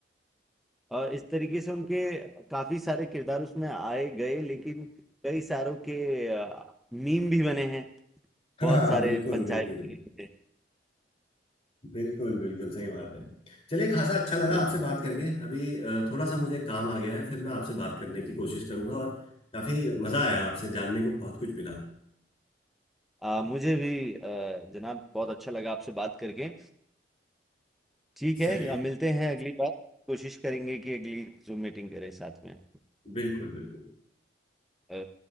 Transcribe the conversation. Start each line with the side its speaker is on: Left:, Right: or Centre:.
Centre: अ, इस तरीके से उनके काफ़ी सारे किरदार उसमें आए गए लेकिन कई सारों के अ, मीम भी बने हैं,
Left: हाँ
Centre: बहुत
Left: हाँ
Centre: सारे
Left: बिल्कुल
Centre: पंचायत
Left: बिल्कुल
Centre: के लिए।
Left: बिल्कुल बिल्कुल सही बात है चलिए खासा अच्छा लगा
Centre: जी,
Left: आपसे
Centre: जी।
Left: बात करके अभी अ, थोड़ा सा मुझे काम आ गया है फिर मैं आपसे बात करने की कोशिश करूंगा और काफी मजा आया आपसे जानने को बहुत कुछ मिला
Centre: अ, मुझे भी अ, जनाब बहुत अच्छा लगा आपसे बात करके। ठीक है
Left: चलिए
Centre: अ, मिलते हैं अगली बार, कोशिश करेंगे कि अगली ज़ूम मीटिंग करें साथ में।
Left: बिल्कुल बिल्कुल
Centre: अ